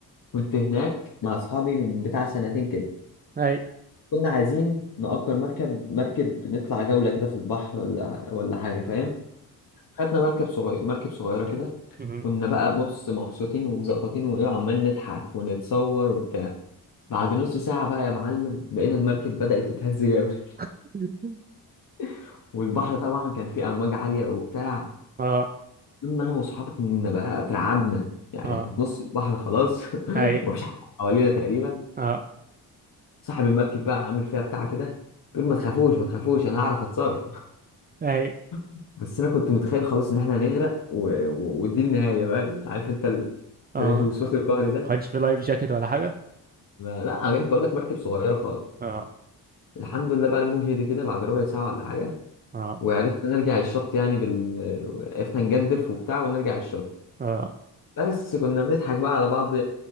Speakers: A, on the left; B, on the right.
A: كنت هناك مع أصحابي من بتاع سنتين كده
B: اي
A: كنا عايزين نأجر مركب مركب نطلع جولة كده في البحر ولا ولا حاجة فاهم خدنا مركب صغير مركب صغيرة كده
B: مم.
A: كنا بقى بص مبسوطين ومزقططين وايه عمال نضحك ونتصور وبتاع بعد نص ساعة بقى يا معلم لقينا المركب بدأت تتهز جامد
B: <laughs>
A: <laughs> والبحر طبعا كان فيه أمواج عالية وبتاع
B: اه
A: لما أنا وأصحابي كنا بقى اترعبنا يعني
B: اه
A: إحنا في نص البحر خلاص <laughs>
B: اي
A: ومفيش حد حوالينا تقريبا
B: اه
A: صاحب المركب بقى عامل فيها بتاع كده بيقول ما تخافوش ما تخافوش أنا هعرف أتصرف
B: اي
A: <laughs> بس أنا كنت متخيل خلاص إن إحنا هنغرق و... و... ودي النهاية بقى عارف أنت ال... <laughs>
B: اه
A: الوسواس القهري
B: ما
A: ده
B: كانش في لايف جاكيت ولا حاجه
A: ما لا أنا بقول لك مركب صغيرة خالص
B: اه
A: الحمد لله بقى المجهد كده بعد ربع ساعة ولا حاجة
B: اه
A: وعرفنا نرجع الشط يعني بال... عرفنا نجدف وبتاع ونرجع الشط
B: اه
A: بس كنا بنضحك بقى على بعض